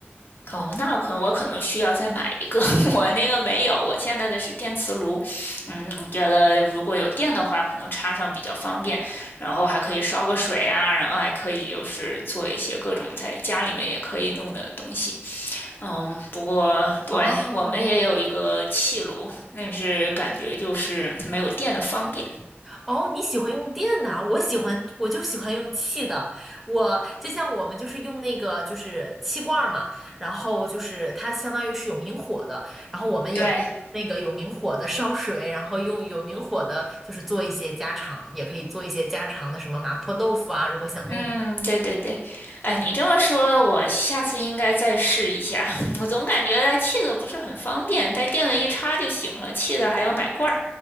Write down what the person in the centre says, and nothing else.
哦，
哦，你喜欢用电的啊，我喜欢，我就喜欢用气的。我就像我们就是用那个就是气罐儿嘛，然后就是它相当于是有明火的，然后我们也会用那个有明火的烧水，
然后用有明火的，就是做一些家常，也可以做一些家常的什么麻婆豆腐啊，如果想弄的。